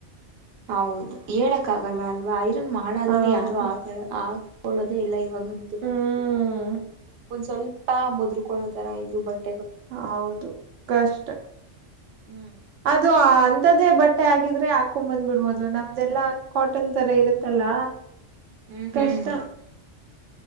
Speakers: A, on the right (about 60°); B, on the right (about 80°).
A: ಹೌದು ಹೇಳಕಾಗಲ್ಲ ಅಲ್ವಾ. ರನ್ ಮಾಡದೇನೆ
B: ಹೌದು.
A: ಯಾರು ಹಾಕಳ ಆ ಕೊಳ್ಳೋದೇ ಇಲ್ಲ ಇವಾಗಂತೂ ನಂಗ
B: ಹ್ಮ್.
A: ಗೊತ್ತೀರ ಒಂದ್ ಸ್ವಲ್ಪ ಮುದರುಕೊಳೋತರ ಇದ್ರು ಬಟ್
B: ಹೌದು ಕಷ್ಟ
A: ಹ್ಮ್
B: ಅದು ಅಂ ಅಂತದೇ ಬಟ್ಟೆ ಆಗಿದ್ರೆ ಹಾಕೊಂಡ್ ಬಂದ್ ಬಿಡ್ಬೋದು ನಮ್ದೆಲ್ಲ ಕಾಟನ್ತರ ಇರುತ್ತಲ್ಲ
A: ಹ್ಮ್ ಹ್ಮ್
B: ಕಷ್ಟ.